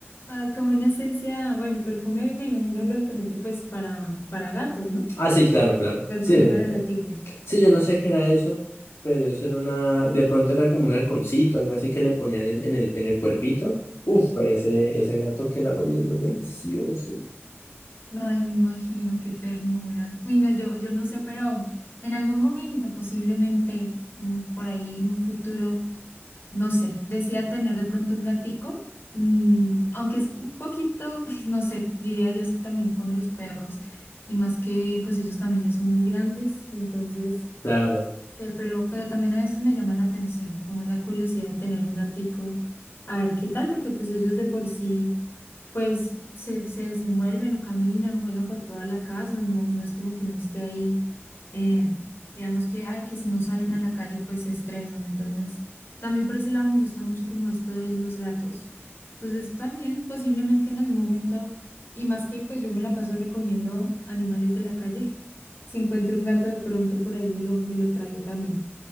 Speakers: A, on the left (about 55°); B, on the left (about 80°).
A: Ah, como una esencia, bueno, perfume me imagino lógicamente pues para, para gatos, ¿no?
B: Ah, sí, claro, claro.
A: Perfume
B: Sí, eh,
A: para gatico.
B: Sí, yo no sé qué era eso, pero eso era una, de pronto era como un alcoholcito, algo así que le ponían en, en el, en el cuerpito. Uf, pero ese, ese gato que la oliendo delicioso.
A: Ay, me imagino, qué ternura. Uy, no, yo, yo no sé, pero en algún momento, posiblemente mm, por ahí en un futuro, no sé, decida tener de pronto un gatico, mm, aunque es un poquito, <laughs> no sé, diría yo, es que también con los perros, y más que pues ellos también ya son muy grandes, entonces
B: Claro.
A: Eh, Pero, pero también a veces me llama la atención, como esa curiosidad de tener un gatico, a ver qué tal, porque pues ellos de por sí pues se, se desenvuelven o caminan, juegan por toda la casa, no, no es como que uno esté ahí, eh, digamos que, ay, que si no salen a la calle, pues se estresan. Entonces, también por ese lado me gusta mucho como esto de los gatos. Entonces, también posiblemente en algún momento, y más que pues yo me la paso recogiendo animales de la calle, <laughs> si encuentro un gato de pronto por ahí me lo, me lo traigo también